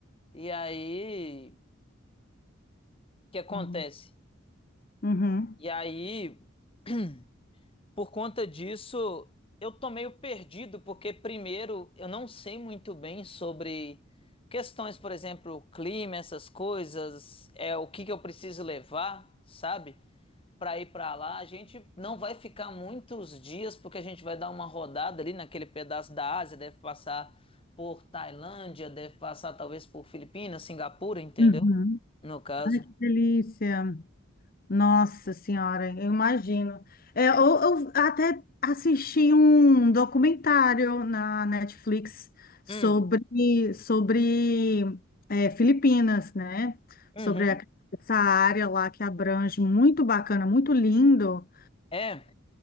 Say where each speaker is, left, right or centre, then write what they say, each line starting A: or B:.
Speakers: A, on the left; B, on the left.
A: E aí, o que acontece?
B: Uhum. Uhum.
A: E aí <clears throat> Por conta disso, eu tô meio perdido, porque primeiro eu não sei muito bem sobre questões, por exemplo, clima, essas coisas, é o que que eu preciso levar, sabe? para ir para lá. A gente não vai ficar muitos dias, porque a gente vai dar uma rodada ali naquele pedaço da Ásia, deve passar por Tailândia, deve passar talvez por Filipinas, Singapura, entendeu?
B: Uhum.
A: No caso.
B: Que delícia! Nossa Senhora, eu imagino. É, eu, eu até assisti um documentário na Netflix sobre,
A: Hum,
B: sobre é, Filipinas, né?
A: uhum.
B: Sobre a- essa área lá que abrange, muito bacana, muito lindo.
A: É,